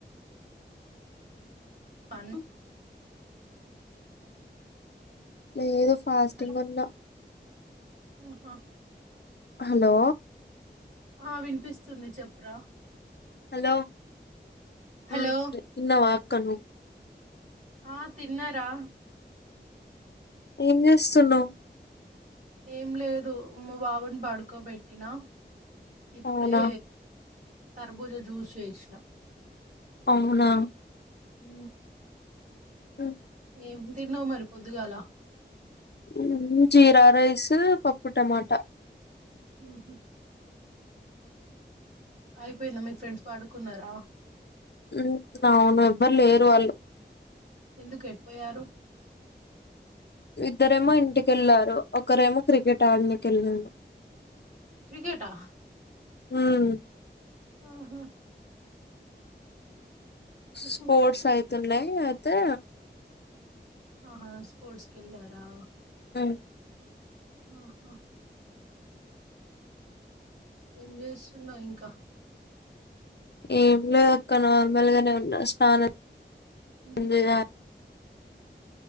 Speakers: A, on the right (about 40°); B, on the left (about 65°).
A: అను
B: లేదు ఫాస్టింగ్
A: హలో
B: ఉన్న
A: ఆహా
B: హలో
A: ఆ వినిపిస్తుంది చెప్పురా
B: హలో
A: హలో
B: ఉ తిన్నావా అక్క నువ్
A: ఆ తిన్నారా
B: ఏం చేస్తున్నావ్
A: ఏం లేదు మ బాబుని పడుకోబెట్టినా ఇప్పుడే
B: అవునా
A: తరబుజ జ్యూస్ చేసిన
B: అవునా
A: ఉ
B: ఉ
A: ఏం తిన్నావ్ మరి పొద్దుగాలా
B: ఉ జీరా రైస్ పప్పు టమాటా
A: ఉహ్ అయిపోయిందా మీ ఫ్రెండ్స్ పడుకున్నారా
B: ఉ అవును ఎవ్వరు లేరు వాళ్ళు
A: ఎందుకు ఎటుపోయారు
B: ఇద్దరేమో ఇంటికెళ్ళారు ఒకరేమో క్రికెట్ ఆడినికి ఎల్లారు
A: క్రికెటా
B: ఉమ్
A: ఓహో సుష్మ
B: స్పోర్ట్స్ అయితున్నాయి అయితే
A: ఆహా స్పోర్ట్స్కెల్లరా
B: ఉమ్
A: ఆహా ఏం చేస్తున్నావ్ ఇంకా
B: ఏం లేదక్క నార్మల్ గానే ఉన్న స్నానం
A: ఉమ్,
B: చేయ